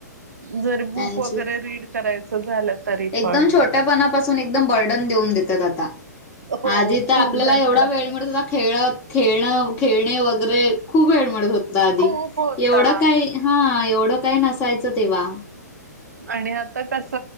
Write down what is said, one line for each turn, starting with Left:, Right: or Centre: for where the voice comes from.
Right: जर बुक
Left: त्यांची
Right: वगैरे रीड करायचं झालं तरी
Left: एकदम
Right: पण.
Left: छोट्यापणापासून एकदम बर्डन देऊन दे तात आता,
Right: हो
Left: आधी तर
Right: खूप
Left: आपल्याला
Right: देतात.
Left: एवढा वेळ मिळत होता खेळत खेळणं, खेळणे वगैरे खूप वेळ मिळत होता आधी.
Right: खूप होता.
Left: एवढं काय हा एवढं काही नसायचं तेव्हा.
Right: आणि आत्ता कस